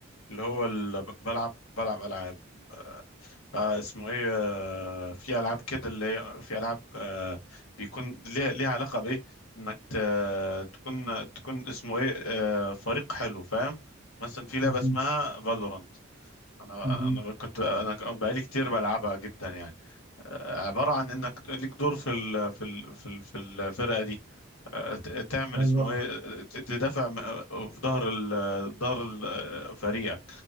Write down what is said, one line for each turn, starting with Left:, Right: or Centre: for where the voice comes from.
Left: اللي هو اللي بلعب بلعب العاب آه آه، اسمه ايه آه في العاب كده اللي هي في العاب آه بيكون ليها ليها علاقه بايه انك ت- تكون تكون اسمه ايه آه فريق حلو فاهم مثلا في لعبه
Right: مهم.
Left: اسمها فالورانت انا
Right: مهم.
Left: انا كنت انا بقالي كتير بلعبها جدا يعني آه، عباره عن انك ليك دور في ال في ال في ال- في الفرقه دي آه، ت- تعمل
Right: حلو
Left: اسمه
Right: أوي.
Left: ايه آه، ت- تدافع م- آه، في ظهر ال- ظهر ال- آه، فريقك